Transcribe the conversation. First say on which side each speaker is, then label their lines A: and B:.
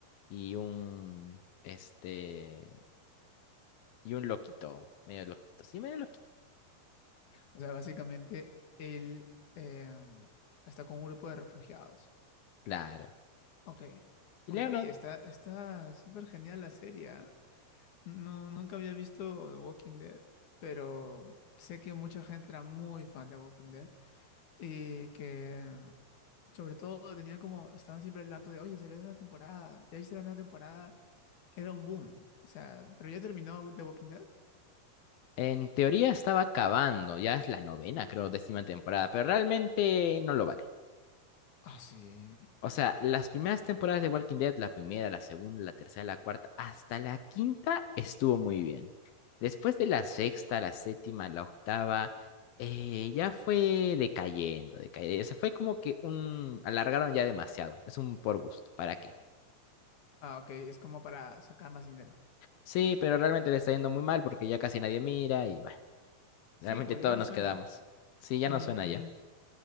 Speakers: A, on the left; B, on the left.
A: y un, este, y un loquito, medio loquito, sí, medio loquito,
B: O sea, básicamente él eh, está con un grupo de refugiados.
A: claro.
B: Ok.
A: Y
B: Ok,
A: Leonard,
B: oye, está, está súper genial la serie. ¿ah? No, nunca había visto The Walking Dead, pero sé que mucha gente era muy fan de Walking Dead y que sobre todo tenían como, estaban siempre al tanto de, oye, salió la nueva temporada, ya viste la nueva temporada. Era un boom. O sea, pero ya terminó The Walking Dead.
A: en teoría estaba acabando, ya es la novena, creo, décima temporada, pero realmente no lo vale.
B: Ah, sí.
A: O sea, las primeras temporadas de Walking Dead, la primera, la segunda, la tercera, la cuarta, hasta la quinta estuvo muy bien. Después de la sexta, la séptima, la octava, eh, ya fue decayendo, decayendo. se fue como que un... alargaron ya demasiado. Es un por gusto, ¿para qué?
B: Ah, ok, es como para sacar más dinero.
A: Sí, pero realmente le está yendo muy mal porque ya casi nadie mira y... bueno.
B: Sí,
A: Realmente
B: pues
A: todos
B: ya no
A: nos
B: suena.
A: quedamos. Sí, ya
B: Ujú.
A: no suena ya.